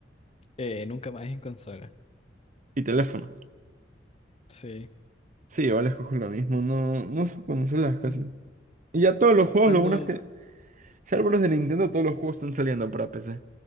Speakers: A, on the left; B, on the right.
A: Eh, nunca más en consola.
B: Y teléfono.
A: Sí.
B: Sí, igual escojo lo mismo. No, no son consolas casi.
A: Mm,
B: Y ya todos los juegos,
A: Cuando,
B: lo bueno es que, salvo los de Nintendo, todos los juegos están saliendo para PC.